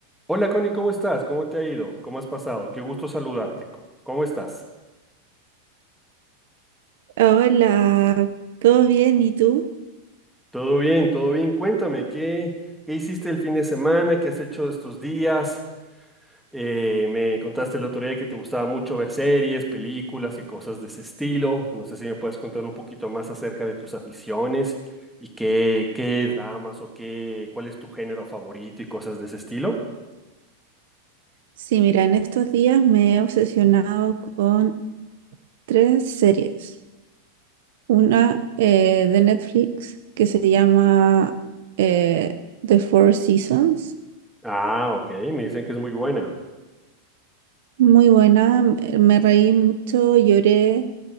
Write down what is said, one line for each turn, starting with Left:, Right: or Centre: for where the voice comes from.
Centre: Hola Connie, ¿cómo estás? ¿Cómo te ha ido? ¿Cómo has pasado? Qué gusto saludarte. co- ¿Cómo estás?
Right: Hola, ¿todo bien? ¿Y tú?
Centre: Todo bien, todo bien. Cuéntame, ¿qué, qué hiciste el fin de semana? ¿Qué has hecho estos días? Eh, me contaste el otro día que te gustaba mucho ver series, películas y cosas de ese estilo. No sé si me puedes contar un poquito más acerca de tus aficiones y qué, qué dramas o qué, cuál es tu género favorito y cosas de ese estilo.
Right: Sí, mira, en estos días me he obsesionado con tres series. Una eh, de Netflix que se llama eh, The Four Seasons.
Centre: Ah, ok, me dicen que es muy buena.
Right: Muy buena, me me reí mucho, lloré,